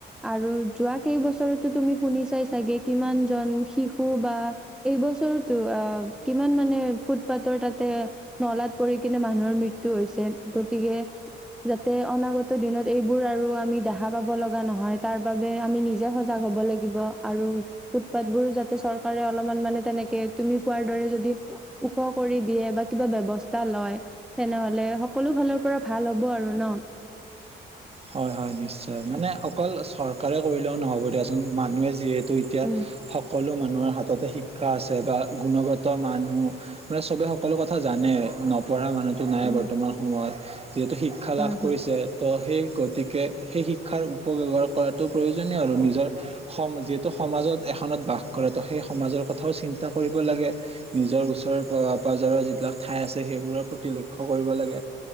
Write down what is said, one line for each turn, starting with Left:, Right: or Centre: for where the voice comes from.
Centre: আৰু যোৱা কেইবছৰ টো তুমি শুনি চাই চাগে কিমান জন শিশু বা এইব বছৰ টো অ কিমান মানে ফুটপাথৰ তাতে নলাত পৰি কিনে মানুহৰ মৃত্যু হৈছে। গতিকে যাতে অনাগত দিনত এইবোৰ আৰু আমি দেখা পাব লগা নহয় তাৰ বাবে আমি নিজে সজাগ হ হব লাগিব আৰু ফুটপাত বোৰো যাতে চৰকাৰে অলপমান মানে তেনেকে তুমি কোৱাৰ দৰে যদি ওখ কৰি দিয়ে বা কিবা ব্যৱস্থা লয় তেনেহলে সকলো ফালৰ পৰা ভাল হ'ব আৰু ন?
Right: হয় হয় নিশ্চয় মানে অকল চৰকাৰে কৰিলেও নহ'ব দিয়াচোন মানুহে যিহেতু ত এতিয়া
Centre: উম
Right: সকলো মান মানুহৰ হাততে শিক্ষা আছে বা গুণগত মানুহ মানে চবে সকলো কথা জানে। পঢ়া মানুহতো নাই
Centre: উম
Right: বৰ্তমান সময়ত যিহেতু শিক্ষা
Centre: হয়
Right: লাভ কৰিছে
Centre: হয়
Right: ত' সেই গতিকে সেই শিক্ষাৰ উপব্যৱহাৰ কৰাতটো প্ৰয়োজনীয় আৰু নিজৰ সম যিহেতু সমাজত ত বাস কৰে ত' সেই সমাজৰ কথাও চিন্তা কৰিব লাগে নিজৰ ওচৰৰ পাজৰৰ যিবিলাক ঠাই আছে সেইবোৰৰ প্ৰতি লক্ষ্য কৰিব লাগে।